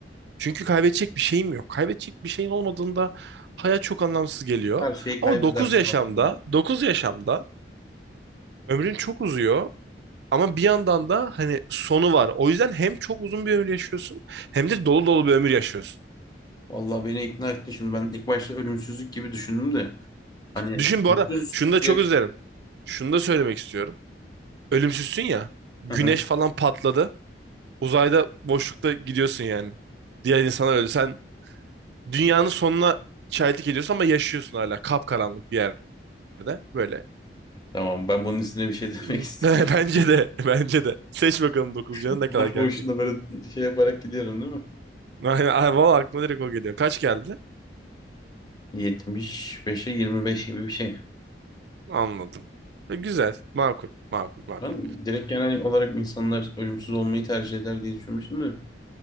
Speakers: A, on the right (about 65°); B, on the left (about 25°).
A: Çünkü kaybedecek bir şeyim yok. Kaybedecek bir şeyin olmadığında hayat çok anlamsız geliyor.
B: Her şeyi kaybedersin
A: Ama 9 yaşamda,
B: aslında.
A: 9 yaşamda ömrün çok uzuyor. Ama bir yandan da hani sonu var. O yüzden hem çok uzun bir ömür yaşıyorsun hem de dolu dolu bir ömür yaşıyorsun.
B: Vallahi beni ikna ettin. Şimdi ben ilk başta ölümsüzlük gibi düşündüm de. Hani
A: Düşün bu
B: dokuz
A: arada şunu da çok
B: yaş...
A: üzerim. Şunu da söylemek istiyorum. Ölümsüzsün ya. Güneş
B: Hı hı.
A: falan patladı. Uzayda boşlukta gidiyorsun yani. Diğer insanlar öldü. Sen dünyanın sonuna şahitlik ediyorsun ama yaşıyorsun hala kapkaranlık bir yerde böyle.
B: Tamam ben bunun üstüne bir şey demek
A: <laughs>
B: istemiyorum.
A: Bence de, bence de. Seç bakalım 9
B: <laughs>
A: canın ne
B: Bunlar
A: kadar gelecek.
B: boşuna böyle şey yaparak gidiyorum değil mi?
A: <laughs> Aynen, ay, valla aklıma direkt o geliyor. Kaç geldi?
B: Yetmiş beşe, yirmi beş gibi bir şey.
A: Anladım. E, Güzel, makul, makul, makul.
B: Ben direkt genel olarak insanlar ölümsüz olmayı tercih eder diye düşünmüştüm de.